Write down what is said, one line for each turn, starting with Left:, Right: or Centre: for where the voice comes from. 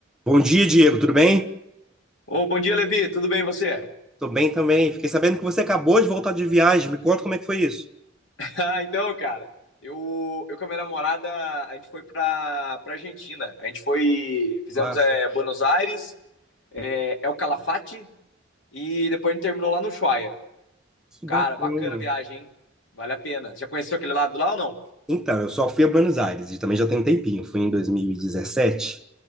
Centre: Bom dia, Diego. Tudo bem?
Left: Ô, bom dia, Levi. Tudo bem e você? <laughs>
Centre: Tô bem também. Fiquei sabendo que você acabou de voltar de viagem. Me conta como é que foi isso.
Left: Ah, então, cara, eu, eu com a minha namorada, a gente foi pra, pra Argentina. A gente foi, fizemos
Centre: Massa.
Left: é, Buenos Aires, é, El Calafate e depois a gente terminou lá no Ushuaia.
Centre: Que
Left: Cara,
Centre: bacana.
Left: bacana a viagem, hein? Vale a pena. Já conheceu aquele lado lá ou não?
Centre: Então, eu só fui a Buenos Aires e também já tem um tempinho. Fui em dois mil e dezessete.